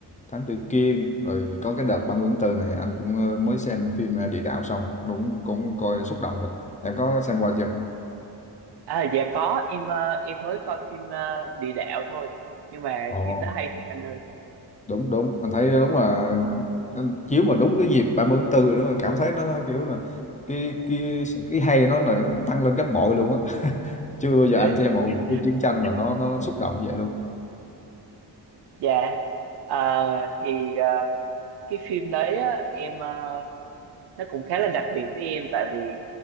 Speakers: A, on the left; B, on the right.
A: Thám Tử Kiên, rồi có cái đợt 30 tháng 4 này anh cũng ờ, mới xem phim à, Địa Đạo xong, đúng cũng coi xúc động thật. Em có xem qua chưa?
B: À, dạ có, em ờ, em mới coi phim ờ, Địa Đạo thôi. Nhưng mà
A: Ồ,
B: phim nó hay thiệt anh ơi.
A: đúng đúng, anh thấy đúng là anh chiếu mà đúng cái dịp 30 tháng 4 nữa cảm thấy nó kiểu là cái cái cái hay nó là tăng lên gấp bội luôn á Chưa bao
B: <laughs>
A: giờ anh xem một bộ phim chiến tranh mà nó nó xúc động như vậy luôn.
B: Dạ, Ờ, thì ờ, cái phim đấy á, em ờ, nó cũng khá là đặc biệt với em tại vì